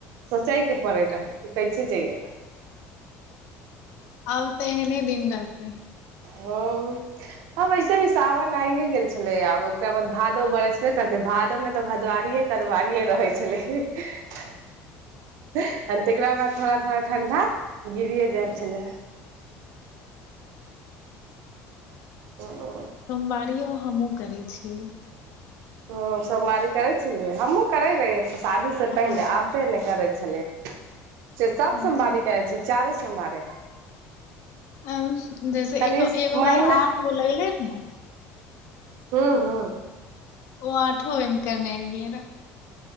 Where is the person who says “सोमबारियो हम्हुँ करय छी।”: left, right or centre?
Left